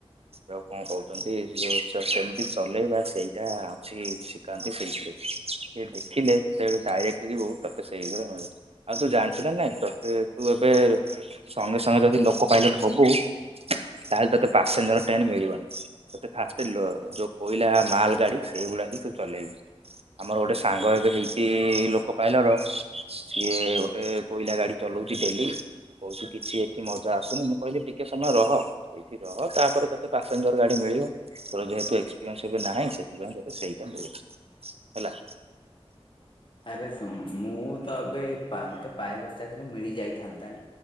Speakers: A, on the right (about 65°); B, on the left (about 50°).
A: ଆଉ କଣ କହୁଛନ୍ତି ଯୋଉ କେମିତି ଚଲେଇବା ସେଇଟା ହଉଛି କାନ୍ତି ସେଇଥିରେ ସେ ଦେଖିଲେ ଯେତେବେଳେ ଡାଇରେକ୍ଟ ଯିବୁ ତତେ ସେଇରେ ମିଳିବ। ଆଉ ତୁ ଜାଣିଛୁ ନା ନାଇଁ ତତେ ତୁ ଏବେ ସଙ୍ଗେ ସଙ୍ଗେ ଯଦି ଲୋକ ପାଇଲଟ ହବୁ ତାହେଲେ ତୋତେ ପାସେଞ୍ଜର ଟ୍ରେନ ମିଳିବନି ତତେ ଫାଷ୍ଟ ଯୋ କୋଇଲା ମାଲଗାଡି ସେଇଗୁଡା ହିଁ ତୁ ଚଲେଇବୁ। ଆମର ଗୋଟେ ସାଙ୍ଗ ଏବେ ହେଇଛି ଲୋକ ପାଇଲର ସିଏ ଗୋଟେ କୋଇଲା ଗାଡି ଚଲଉଛି ଡେଲି କହୁଛି କିଛି ଏଠି ମଜ ଆସନୁ ମୁଁ କହିଲି ଟିକେ ସମୟ ରହ ଏଇଠି ରହ ତାପରେ ତତେ ପାସେଞ୍ଜର ଗାଡି ମିଳିବ। ତୋର ଯେହେତୁ ଏକ୍ସପିରିଏନ୍ସ ନାହିଁ ସେଥିପାଇଁ ତତେ ସେଇଟା ମିଳଛି ହେଲା।
B: ଆରେ ଶୁଣ ମୁଁ ତ ଏବେ ମତେ ପାଇଲଟ ଚାକିରି ମିଳିଯାଇଥାନ୍ତାଣି।